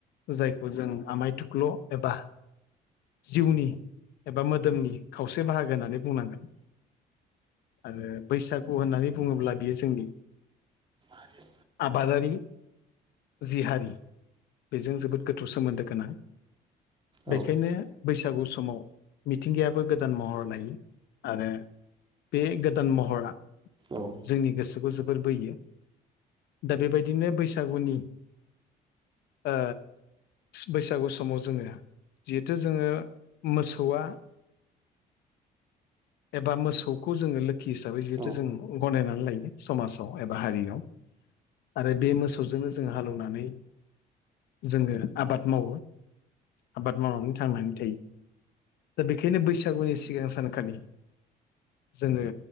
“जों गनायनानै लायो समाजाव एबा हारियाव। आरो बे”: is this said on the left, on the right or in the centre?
Left